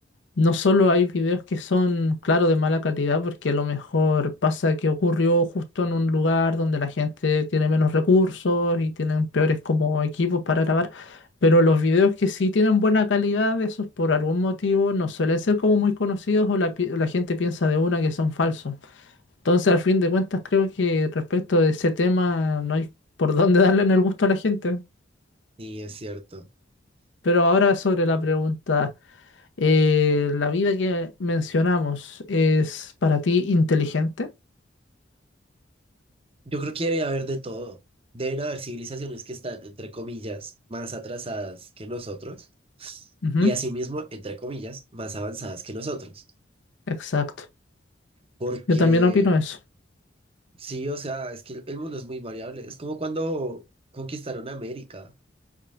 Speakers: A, on the left (about 75°); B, on the right (about 30°).
A: No solo hay videos que son, claro, de mala calidad, porque a lo mejor pasa que ocurrió justo en un lugar donde la gente tiene menos recursos y tienen peores como equipos para grabar, pero los videos que sí tienen buena calidad, esos por algún motivo no suelen ser como muy conocidos o la, pi- la gente piensa de una que son falsos. Entonces, al fin de cuentas, creo que respecto de ese tema no hay por dónde <laughs> darle en el gusto a la gente.
B: Sí, es cierto.
A: Pero ahora sobre la pregunta. Eh, la vida que mencionamos es para ti inteligente.
B: Yo creo que debe haber de todo. Deben haber civilizaciones que están, entre comillas, más atrasadas que nosotros
A: Ujú,
B: y asimismo, entre comillas, más avanzadas que nosotros.
A: Exacto.
B: Porque
A: Yo también opino eso.
B: Sí, o sea, es que el el mundo es muy variable. Es como cuando conquistaron América.